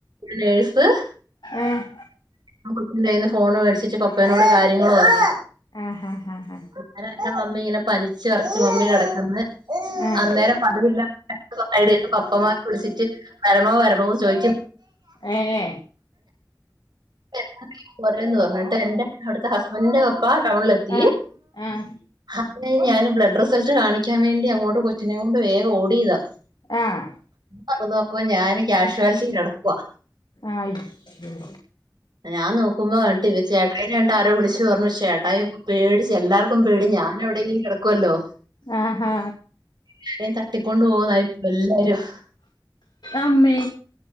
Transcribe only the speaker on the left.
ആഹ്
ആഹ് ഹാ ഹെ
ഹാ
ഏ ഏ.
ആഹ് ആഹ്
ആഹ്
ആയി. ഉം
ആഹാ.
അമ്മേ.